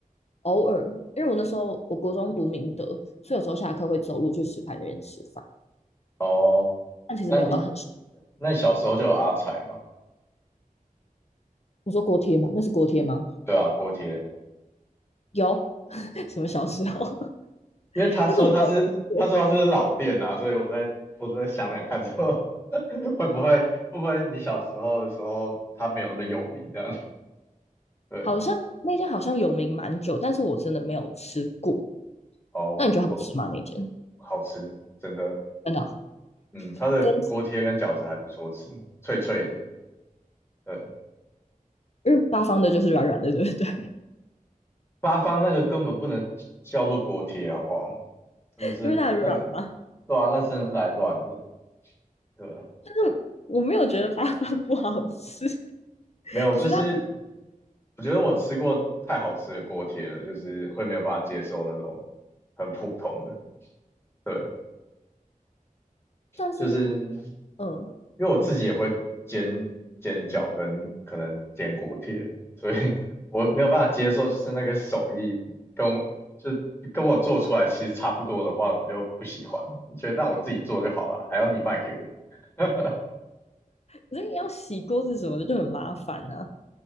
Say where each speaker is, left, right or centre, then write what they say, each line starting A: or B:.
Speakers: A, on the left; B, on the left.
A: 偶尔，因为我那时候我国中读明德，所以有时候下课会走路去石牌那边吃饭，
B: 哦，
A: 但其实没有到很熟。
B: 那你那你小时候就有阿财吗？
A: 你说锅贴吗？那是锅贴吗？
B: 对啊，锅贴。
A: 有，<laughs> 什么小时候？<laughs>
B: 因为他说他是他说他是老店啊，
A: 但是我没有吃过，
B: 所以我在我在想想看说 <laughs> 会不会会不会你小时候的时候他没有那么有名这样？<laughs> 对，
A: 好像那间好像有名蛮久，但是我真的没有吃过。
B: 哦，
A: 那你觉得好吃吗？
B: 我
A: 那间
B: 好吃，真的，
A: 真的？
B: 嗯，他的锅贴跟饺子还不错吃，
A: 跟
B: 脆脆的，对，
A: 因为八方的就是软软的，对不对？
B: 八方那个根本不能叫做锅贴好不好？真的是那个，
A: <laughs> 因为它很软嘛。
B: 对啊，那真的是来乱的，对啊，
A: 但是我没有觉得八方不好吃，
B: 没有，
A: 只是它
B: 就是我觉得我吃过太好吃的锅贴了，就是会没有办法接受那种很普通的。对，
A: 但是
B: 就是因为我自己也会煎煎饺跟可能煎锅贴，
A: 嗯，
B: 所以我没有办法接受，就是那个手艺跟我就跟我做出来其实差不多的话，我就不喜欢了。我觉得那我自己做就好了，还要你卖给我。<laughs>
A: 可是你要洗锅子什么的就很麻烦啊。